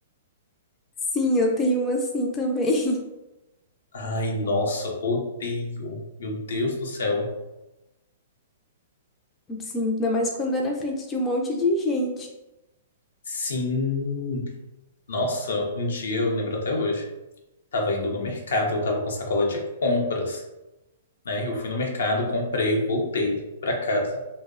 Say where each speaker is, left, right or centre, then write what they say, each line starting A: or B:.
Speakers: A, on the left; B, on the left.
A: Sim, eu tenho uma assim também. <laughs>
B: Ai, nossa, odeio. Meu Deus do céu.
A: Sim, ainda mais quando é na frente de um monte de gente.
B: Sim. Nossa, um dia eu lembro até hoje. Tava indo no mercado, eu tava com sacola de compras, né? Eu fui no mercado, comprei, voltei pra casa.